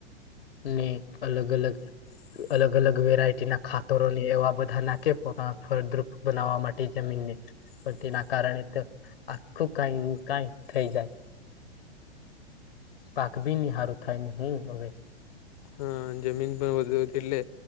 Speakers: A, on the left; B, on the left.
A: ને અલગ-અલગ અલગ-અલગ વેરાયટીના ખાતરોની એવાં બધાં નાખે પોતાના ફળદ્રુપ બનાવવા માટે જમીનને પણ તેના કારણે તો આખું કાઈ કાઈ થઈ જાય. પાક બી ની હારું થાય ને હું હવે.
B: હમ્મ, જમીન પણ વધુ હતી એટલે